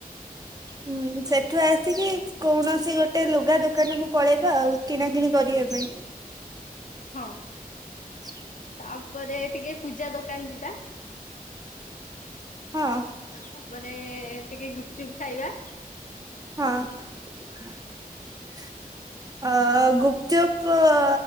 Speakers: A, on the right; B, on the left.
A: ହୁଁ ସେଠୁ ଆସିକି କୌଣସି ଗୋଟେ ଲୁଗା ଦୋକାନକୁ ପଳେଇବା ଆଉ କିଣାକିଣି କରିବା ପାଇଁ।
B: ହଁ
A: <unintelligible>
B: ତାପରେ ଟିକେ ପୂଜା ଦୋକାନ ଯିବା।
A: ହଁ
B: ତାପରେ ଟିକେ ଗୁପଚୁପ ଖାଇବା।
A: ହଁଅଁ ଅ ଗୁପଚୁପ ଅ।